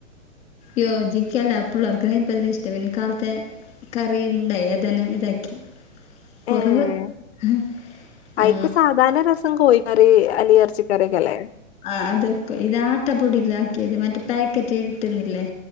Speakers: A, on the left; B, on the left.
A: യോജിക്കല്ല പുള്ളോർക്കിതല്ലേ ഇഷ്ട്ടം പിന്നെ കാലത്തെ കറി ണ്ടായി അതന്നെ ഇതാക്കി കൊറവ്
B: ഏഹ്
A: ഉം
B: അയിക്ക്
A: ആഹ്
B: സാധാരണ രസം കോഴിക്കറി അല്ലെ ഇറച്ചിക്കറിയൊക്കെ അല്ലേ
A: ആഹ് അതൊക്കെ ഇത് ആട്ടപ്പൊടിലാക്കിയത് മറ്റേ പാക്കറ്റ് കിട്ടുന്നില്ലേ